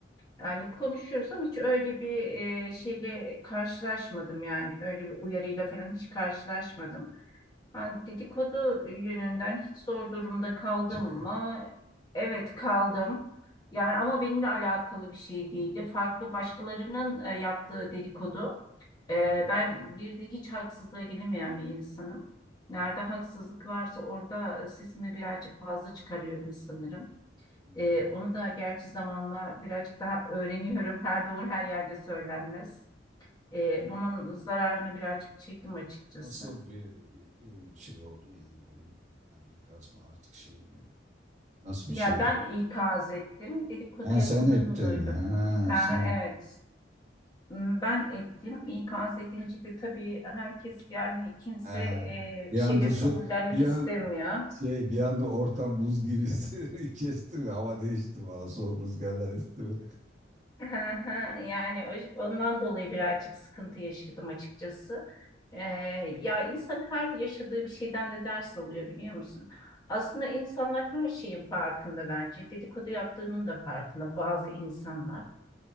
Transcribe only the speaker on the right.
Evet.
<laughs>
Hı hı,
hı hı.
Nasıl bir e, e, şey oldu yani oğlum yani ikaz mı artık şey mi nasıl
bir şeydi?
Ha
sen ettin.
Ha
sen
Ha,
bir
anda
su
bir an
şey bir anda ortam buz gibi <laughs> kesti mi? Hava değişti mi? Valla soğuk rüzgarlar esti mi?